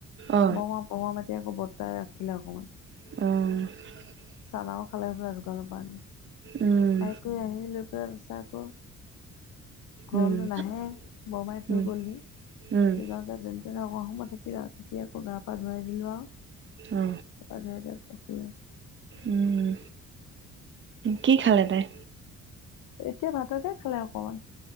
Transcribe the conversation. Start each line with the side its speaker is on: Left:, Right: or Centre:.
Right: অ
Left: বৰ্মা -বৰ্মা মাতে আকৌ এতিয়া বৰ্তা, তাই, ৰাখিলে অকণমান।
Right: অঁ
Left: চানাও খালে পাই দোকানৰ পৰা আনি,
Right: উম
Left: খাই কৰি আহি লৈ পেলাই তাৰপিছত আকৌ ঘৰলৈ
Right: উম
Left: নাহে, বৰমাই থৈ
Right: উম
Left: গ'ল যি,
Right: উম
Left: থৈ ', যাওঁতে যেনে -তেনে অকণ সময় থাকিলে আৰু থাকি আকৌ গা-পা ধুৱাই দিলোঁ আৰু
Right: অ
Left: গা - পা ধুৱাই দিয়া পিছত শুলে।
Right: উম কি খালে, তাই?
Left: এতিয়া ভাতকে খালে অকমান।